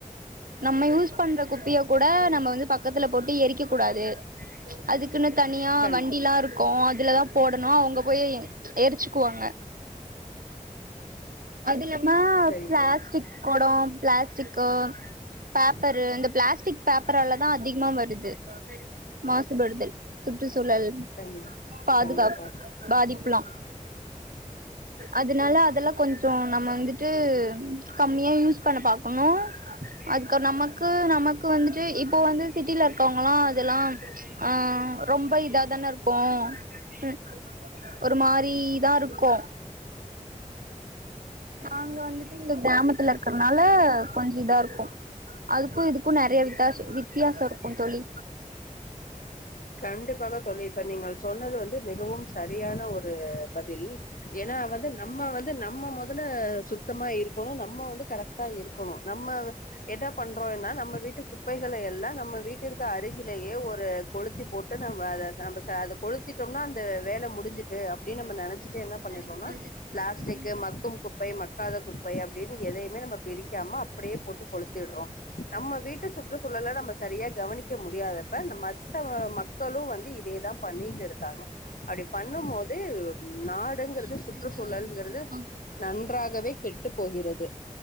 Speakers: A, on the right (about 85°); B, on the left (about 80°).
A: நம்ம யூஸ் பண்ற குப்பையை கூட நம் ம்ம வந்து பக்கத்துல போட்டு எரிக்கக்க கூடாது அதுக்குன்னு தனியா
B: கண்
A: வண்டிலா இருக்கு அது இதுலதா போடணு அவ்ங்க போய் எ எருச்சுக்குவாங்க அது இல்லாம
B: சரி
A: பிளாஸ்டிக்
B: தோழி
A: கொடோ பிளாஸ்டிக்கோ பேப்பரு இந்த பிளாஸ்டிக் பேப்பராலதா அதிகமா வருது மாசுபடுதல் சுற்றுசூழல்
B: கண்
A: பாதுகாப்
B: கண்டிப்பா
A: பாது ப்பலா அதனால அதெல்லா கொஞ்சோ நம்ம வந்து ட்டு கம்மியா யூஸ் பண்ண பாக்கணு அதுக் நமக்கு நமக்கு வந்துட்டு இப்ப வந்து சிட்டில இருக்கவங் லா அதெல்லா ஆஹ் ரொம்ப இது இதாதான இருக்கு ஹம் ஒரு மாரிதா இருக்கு நாங்க வந்துட்டு இங்க கிராமத்துல இருக்கறனால கொஞ்சோ இதாருக்கு அதுக்கு இதுக்கு நெறயா வித்தாச வித்தியாச இருக்கு தோழி
B: கண்டிப்பாக தோழி இப்ப நீங்கள் சொன்னது வந்து மிகவும் சரியான ஒரு பதில் ஏன்னா வந்து நம்ம வந்து நம்ம மொதல சுத்தமா இருக்கோணு நம்ம வந்து கரெக்டா இருக்கணு நம்ம எத பண்றோனா நம்ம வீட்டு குப்பைகளை எல்லா நம்ம வீட்டிற்கு அருகிலேயே ஒரு கொளுத்தி போட்டு நம்ம அத நம்ம அத கொளுத்திட்டம்னா அந்த வேல முடிஞ்சுட்டு அப்டின்னு நம்ம நெனச் ச்சுடு என்ன பண்ணிடுனா
A: நெனைக்க கூடாது
B: பிளாஸ்டிக்
A: ம்
B: மக்கும் குப்பை மக் காத குப்பை அப்டின்னு எதையுமே நம்ம பிரிக்காம அப்டியே போட்டு கொளுத்திடரோ நம்ம வீட்டு சுற்றுசூழல நம்ம சரியா கவனிக்க முடியாதப்ப நம்ம க் ஆ மக்களு வந்து இதேதா பண்ணிட்டு இருக்காங்க அப்டி பண்ணும் போது நாடுங்றது
A: மாசுபடுதல்
B: சுற்றுசூழல்ங்றது
A: அதிகமா
B: நந் நன்றாகவே கெட்டு போகிறது